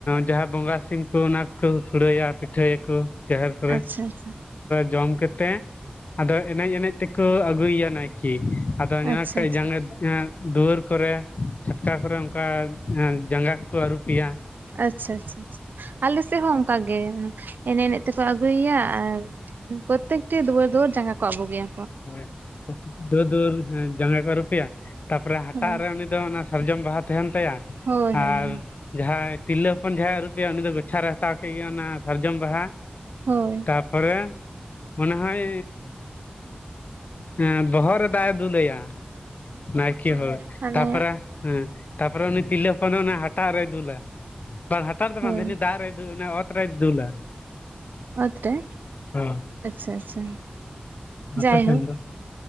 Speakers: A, on the left (about 55°); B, on the right (about 80°).
A: ᱡᱟᱦᱟᱸ ᱵᱚᱸᱜᱟ ᱥᱤᱢ ᱠᱚ ᱚᱱᱟᱠᱚ ᱥᱩᱲᱟᱹ ᱭᱟ ᱯᱤᱴᱷᱟᱹ ᱭᱟᱠᱚ ᱡᱟᱦᱮᱨ ᱠᱚᱨᱮ
B: ᱟᱪᱪᱷᱟ ᱟᱪᱪᱷᱟ
A: ᱡᱚᱢ ᱠᱟᱛᱮ ᱟᱫᱚ ᱮᱱᱮᱡ ᱮᱱᱮᱡ ᱛᱮᱠᱚ ᱟᱹᱜᱩᱭᱮᱭᱟ ᱱᱟᱭᱠᱮ <unintelligible> ᱟᱫᱚ <unintelligible>
B: ᱟᱪᱪᱷᱟ ᱟᱪᱪᱷᱟ
A: ᱫᱩᱣᱟᱹᱨ ᱠᱚᱨᱮ ᱪᱷᱟᱴᱠᱟ ᱠᱚᱨᱮ ᱚᱱᱠᱟ ᱡᱟᱸᱜᱟ ᱠᱚ ᱟᱹᱨᱩᱯᱮᱭᱟ
B: ᱟᱪᱪᱷᱟ ᱟᱪᱪᱷᱟ ᱟᱪᱷᱟ ᱟᱞᱮ ᱥᱮᱫ ᱦᱚᱸ ᱚᱱᱠᱟ ᱜᱮ ᱮᱱᱮᱡ ᱮᱱᱮᱡ ᱛᱮᱠᱚ ᱟᱹᱜᱩᱭᱮᱭᱟ ᱟᱨ ᱯᱨᱚᱛᱮᱠᱴᱤ ᱫᱩᱣᱟᱹᱨ ᱫᱩᱣᱟᱹᱨ ᱡᱟᱸᱜᱟ ᱠᱚ ᱟᱵᱩᱜᱮᱭᱟ
A: ᱦᱳᱭ ᱫᱩᱣᱟᱹᱨ ᱫᱩᱣᱟᱹᱨ ᱡᱟᱸᱜᱟ ᱠᱚ ᱟᱨᱩᱯᱮᱭᱟ ᱛᱟᱨᱯᱚᱨ ᱦᱟᱴᱟᱜ
B: ᱦᱳᱭ
A: ᱨᱮ ᱚᱱᱮ ᱫᱚ ᱚᱱᱟ ᱥᱟᱨᱡᱚᱢ ᱵᱟᱦᱟ ᱛᱟᱦᱮᱱ ᱛᱟᱭᱟ
B: ᱦᱳᱭ ᱦᱳᱭ
A: ᱟᱨ ᱡᱟᱦᱟᱸᱭ ᱛᱤᱨᱞᱟᱹ ᱠᱷᱚᱱ ᱡᱟᱦᱟᱸᱭ ᱟᱹᱨᱩᱵᱮᱭᱟ ᱩᱱᱤ ᱫᱚ ᱜᱚᱪᱷᱟ ᱨᱮ ᱦᱟᱛᱟᱣ ᱠᱮᱫ ᱜᱮ ᱚᱱᱟ ᱥᱟᱨᱡᱚᱢ ᱵᱟᱦᱟ
B: ᱦᱳᱭ
A: ᱛᱟᱯᱚᱨᱮ ᱢᱚᱱᱮ ᱦᱚᱭ ᱦᱮᱸ ᱵᱚᱦᱚᱜ ᱨᱮ ᱫᱟᱜ ᱮ ᱫᱩᱞ ᱟᱭᱟ ᱱᱟᱭᱠᱮ ᱦᱳᱭ
B: ᱢᱟᱱᱮ
A: ᱛᱟᱯᱚᱨᱮ ᱦᱮᱸ ᱛᱟᱯᱚᱨᱮ ᱩᱱᱤ ᱛᱤᱨᱞᱟᱹ ᱦᱚᱯᱚᱱ ᱚᱱᱟ ᱦᱟᱴᱟᱜ ᱨᱮᱭ ᱫᱩᱞᱟ <unintelligible> ᱫᱚ
B: ᱦᱳᱭ
A: ᱵᱟᱝ ᱩᱱᱤ ᱫᱟᱜ ᱨᱮ ᱫᱩᱞ ᱮ ᱚᱱᱟ ᱚᱛ ᱨᱮᱭ ᱫᱩᱞᱟ
B: ᱚᱛ ᱨᱮ
A: ᱚ
B: ᱟᱪᱪᱷᱟ ᱟᱪᱪᱷᱟ ᱡᱟᱭᱦᱳ
A: ᱟᱯᱮ ᱥᱮᱱ ᱫᱚ